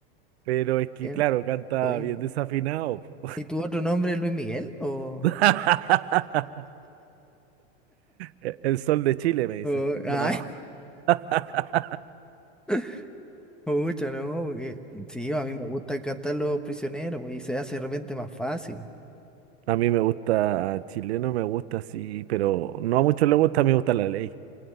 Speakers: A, on the right; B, in the centre.
A: pero es que
B: Eh,
A: claro, canta
B: oye,
A: bien desafinado. po.
B: ¿Y tu otro nombre es Luis Miguel? O,
A: <laughs> El el sol de Chile, me dice.
B: o- ay,
A: No. <laughs>
B: <laughs> pucha, no, porque- sí, a mí me gusta cantar Los Prisioneros, pues, y se hace de repente más fácil.
A: A mí me gusta chileno, me gusta así, pero no a muchos les gusta, a mí me gusta la ley.